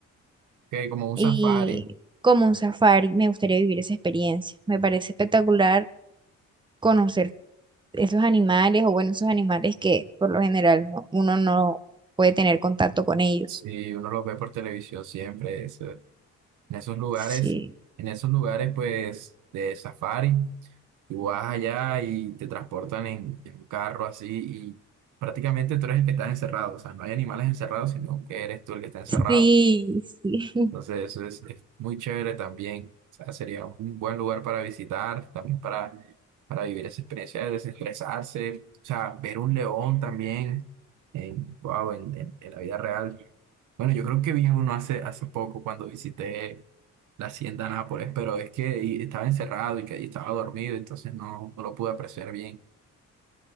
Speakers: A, on the right (about 80°); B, on the right (about 15°).
A: que como un
B: Y
A: safari,
B: como un safari, me gustaría vivir esa experiencia. Me parece espectacular conocer esos animales, o bueno, esos animales que por lo general no- uno no puede tener contacto con ellos.
A: si uno lo ve por televisión siempre, eso- en esos lugares,
B: Sí,
A: en esos lugares pues de safari. Y vas allá y te transportan en, en un carro así y prácticamente tú eres el que está encerrado. O sea, no hay animales encerrados, sino que eres tú el que está encerrado.
B: sí, sí. <laughs>
A: Entonces, eso es, es muy chévere también. O sea, sería un buen lugar para visitar, también para, para vivir esa experiencia de desestresarse. O sea, ver un león también en, wow, en, en- en la vida real. Bueno, yo creo que vi uno hace, hace poco cuando visité la hacienda Nápoles, pero es que y- estaba encerrado y que ahí estaba dormido, entonces no, no lo pude apreciar bien.